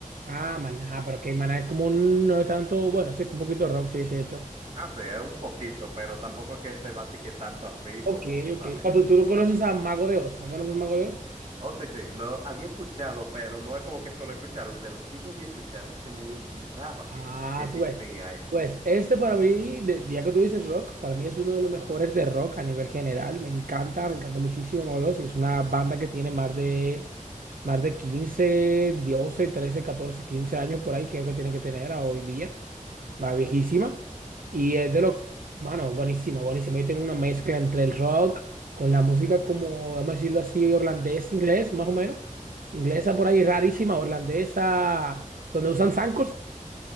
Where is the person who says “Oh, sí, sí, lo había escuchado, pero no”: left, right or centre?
Right